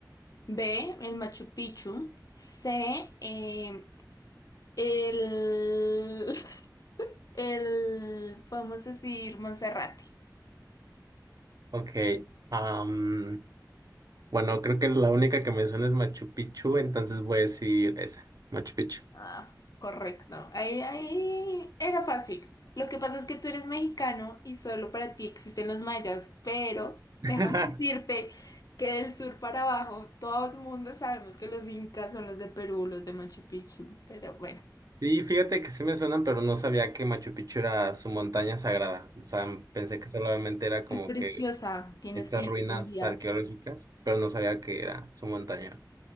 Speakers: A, on the left (about 55°); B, on the right (about 55°).
A: B. El Machu Picchu. C. eh, el, <laughs> el, podemos decir, Monserrate.
B: Ok. am, bueno, creo que la única que me suena es Machu Picchu, entonces voy a decir esa, Machu Picchu.
A: Ah, correcto. Ahí, ahí era fácil. Lo que pasa es que tú eres mexicano y solo para ti existen los mayas, pero
B: <laughs>
A: déjame <laughs> decirte que del sur para abajo todo el mundo sabemos que los incas son los de Perú, los de Machu Picchu, pero bueno,
B: Sí, fíjate que sí me suenan, pero no sabía que Machu Picchu era su montaña sagrada. O sea, pensé que solamente era como
A: es preciosa.
B: que
A: Tienes
B: estas
A: que ir
B: ruinas
A: algún día.
B: arqueológicas, pero no sabía que era su montaña